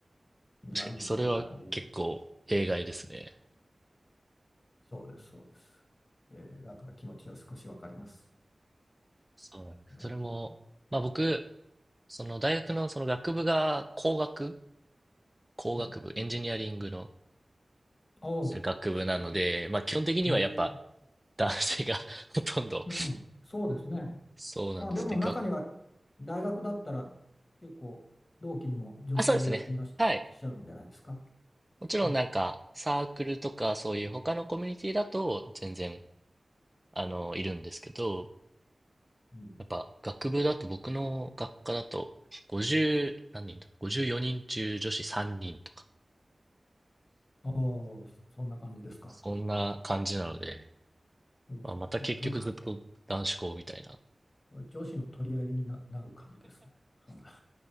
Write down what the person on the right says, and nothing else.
確かに、それは結構弊害ですね。
そうなんです。
それも、まあ僕、その大学のその学部が工学、工学部、
エンジニアリングの
学部なので、まあ基本的にはやっぱ
男性が <laughs> ほとんど
そうなんですね。
が、あ、そうですね。
はい。もちろんなんかサークルとかそういう他のコミュニティだと全然
あの、いるんですけど、
やっぱ学部だと僕の学科だと50、何人だろう、54人中女子3人とか、
そんな感じなので、
まあ、また結局ずっと男子校みたいな。